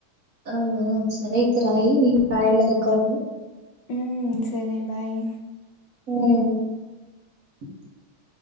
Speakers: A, on the right; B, on the left.
A: అవున సరే అయితే రాయి న రాయ ఎలా కదు
B: ఉ సరే బాయ్
A: అ